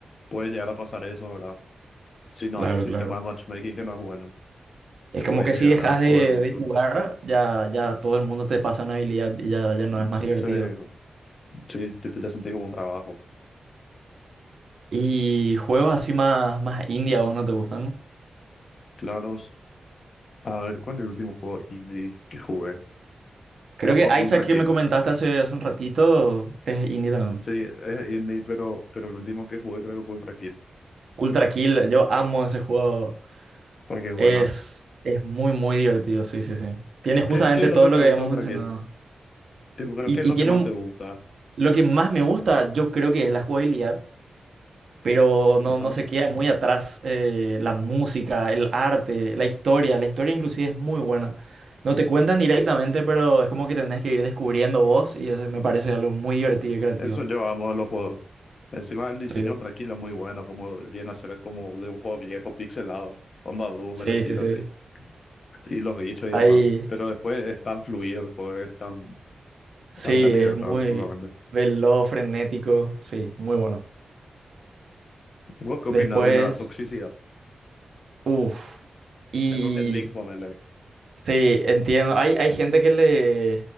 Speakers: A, on the left (about 60°); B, on the right (about 65°).
A: puede llegar a pasar eso, ¿verdad? Si no
B: Claro,
A: hay un sistema
B: claro.
A: de matchmaking que no es bueno.
B: Es
A: te
B: como
A: puede
B: que
A: llegar
B: si dejas
A: a joder
B: de,
A: mucho.
B: de jugar, ya, ya todo el mundo te pasa una habilidad y ya, ya no es más
A: Se-
B: divertido.
A: sí, te empieza a sentir como un trabajo.
B: Y juegos así más, más indie a vos no te gustan.
A: Claro, a ver, ¿cuál es el último juego indie que jugué?
B: Creo
A: Capaz
B: que
A: fue
B: Isaac
A: Ultra
B: que
A: Kill.
B: me comentaste hace, hace un ratito es indie también.
A: Sí, es indie, pero, pero el último que jugué creo que fue Ultra Kill.
B: Ultra Kill, yo amo ese juego.
A: Para que buenas.
B: Es, es muy, muy divertido, sí, sí, sí. Tiene justamente
A: ¿Qué, qué es lo
B: todo
A: que te
B: lo que
A: gusta
B: habíamos
A: de Ultra
B: mencionado.
A: Kill? Tipo, creo
B: Y,
A: que es lo
B: y tiene
A: que más
B: un-
A: te gusta.
B: lo que más me gusta, yo creo que es la jugabilidad. pero no,
A: Ajá.
B: no se queda muy atrás eh, la música, el arte, la historia. La historia inclusive es muy buena. No te cuentan directamente, pero es como que tenés que ir descubriendo vos y eso me parece algo muy divertido y creativo.
A: Eso yo amo de los juegos. Encima el diseño
B: Sí,
A: de Ultra Kill es muy bueno, como viene a ser como de un juego viejo, pixelado. Onda Doom,
B: sí,
A: el estilo
B: sí. sí.
A: así y los bichos y
B: Ahí
A: demás. Pero después es tan fluido el juego, es tan Tanta
B: sí,
A: libertad,
B: es muy
A: puramente.
B: veloz, frenético, sí, muy bueno.
A: ¿Vos ¿Qué
B: Después,
A: opinas de la toxicidad?
B: uff, y
A: En Rocket League, ponele.
B: sí, entiendo, hay, hay gente que le,